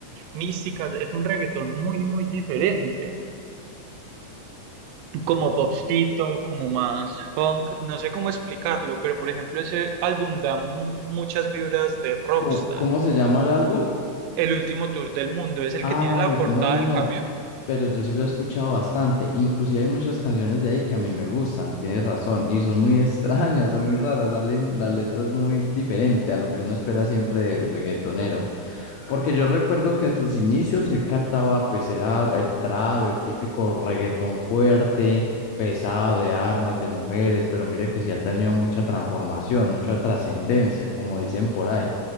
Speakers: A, on the right; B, on the left.
A: místicas, es un reggaetón muy, muy diferente. como popcito, como más funk, no sé cómo explicarlo, pero por ejemplo ese álbum da mu- muchas vibras de Rockstar,
B: ¿Cómo, cómo se llama el álbum?
A: el último tour del mundo, es el
B: Ay,
A: que tiene la portada
B: no, no,
A: del
B: no,
A: camión.
B: pero yo sí lo he escuchado bastante. Inclusive hay muchas canciones de ahí que a mí me gustan, tienes razón, y son muy <laughs> extrañas, son muy raras, salen las letras muy diferentes a lo que uno espera siempre del reggaetonero. Porque yo recuerdo que en sus inicios él cantaba, pues era el trap, el típico reggaetón fuerte, pesado, de armas, de mujeres, pero mira que sí ha tenido mucha transformación, mucha trascendencia, como dicen por ahí.